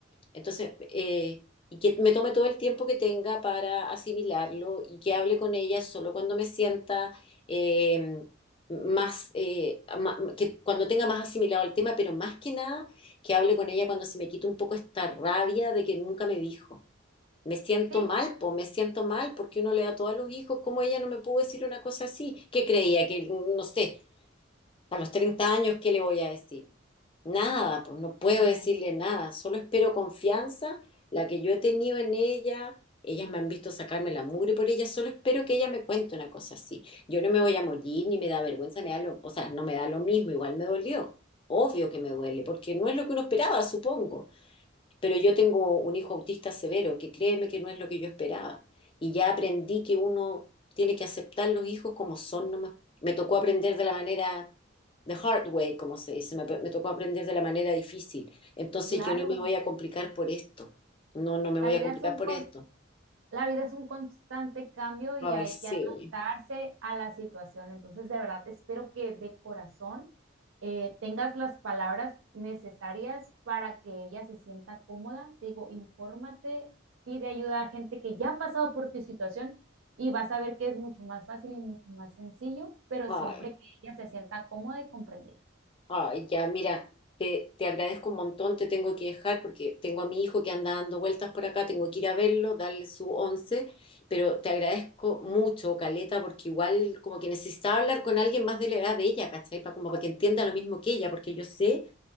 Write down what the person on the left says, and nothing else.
Entonces, eh, y que me tome todo el tiempo que tenga para asimilarlo y que hable con ella solo cuando me sienta eh, más, eh, ma- que cuando tenga más asimilado el tema, pero más que nada que hable con ella cuando se me quite un poco esta rabia de que nunca me dijo. Me siento
mal, pues me siento mal porque uno le da todo a los hijos, ¿cómo ella no me pudo decir una cosa así? ¿Qué creía? Que, no sé, a los 30 años, ¿qué le voy a decir? Nada, pues no puedo
decirle nada, solo espero confianza, la que yo he tenido en ella, ellas me han visto sacarme la mugre por ella, solo espero que ella me cuente una cosa así. Yo no me voy a morir, ni me da vergüenza, me da lo- o sea, no me da lo mismo, igual me dolió. Obvio que me duele, porque no es lo que uno esperaba, supongo. Pero yo tengo un hijo autista severo, que créeme que no es lo que yo esperaba. Y ya aprendí que uno tiene que aceptar los hijos como son nomás. Me tocó aprender de la manera, the hard way, como se dice, me, me tocó aprender de la manera difícil. Entonces
yo no me voy a complicar por esto. No, no me
voy
a complicar
por
esto.
Ay,
sí.
Ay.
Ay, ya, mira, te, te agradezco un montón, te tengo que dejar porque tengo a mi hijo que anda dando vueltas por acá, tengo que ir a verlo, darle su once, pero te agradezco mucho, Caleta, porque igual como que necesitaba hablar con alguien más de la edad de ella, ¿cachai? Pa- como para que entienda lo mismo que ella, porque yo sé